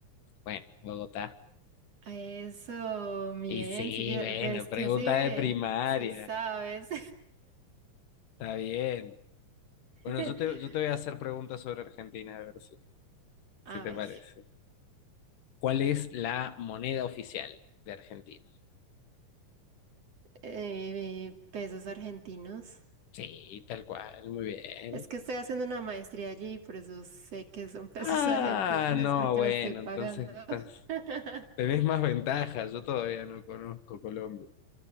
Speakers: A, on the left; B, on the right.
A: Bueno, Bogotá.
B: Eso, bien,
A: Y sí,
B: sí, ve-
A: bueno,
B: ves
A: pregunta
B: que sí ves,
A: de primaria,
B: sí sabes.
A: está bien. Bueno,
B: <laughs>
A: yo te, yo te voy a hacer preguntas sobre Argentina, a ver si, si
B: A
A: te
B: ver,
A: parece. ¿Cuál es la moneda oficial de Argentina?
B: eh, pesos argentinos.
A: Sí, tal cual, muy bien.
B: Es que estoy haciendo una maestría allí, y por eso sé que son pesos
A: Ah,
B: <laughs> argentinos,
A: no,
B: porque
A: bueno,
B: los estoy pagando.
A: entonces estás,
B: <laughs>
A: tenés más ventajas, yo todavía no conozco Colombia.